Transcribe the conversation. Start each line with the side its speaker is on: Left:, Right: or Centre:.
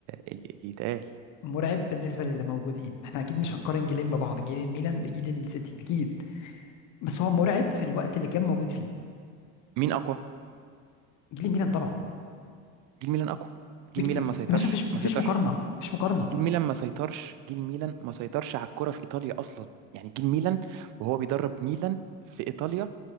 Right: اللي يتقال
Left: مرعب بالنسبه للي موجودين احنا اكيد مش هنقارن جيلين ببعض جيل الميلان بجيل السيتي اكيد بس هو مرعب في الوقت اللي كان موجود فيه
Right: مين اقوى
Left: جيل الميلان طبعا
Right: جيل ميلان اقوى جيل
Left: بكتير
Right: ميلان ما سيطرش
Left: يا باشا مفيش
Right: ما
Left: مفيش
Right: سيطرش
Left: مقارنه مفيش مقارنه
Right: جيل ميلان ما سيطرش جيل ميلان ما سيطرش على الكرة في إيطاليا أصلا يعني جيل ميلان وهو بيدرب ميلان في إيطاليا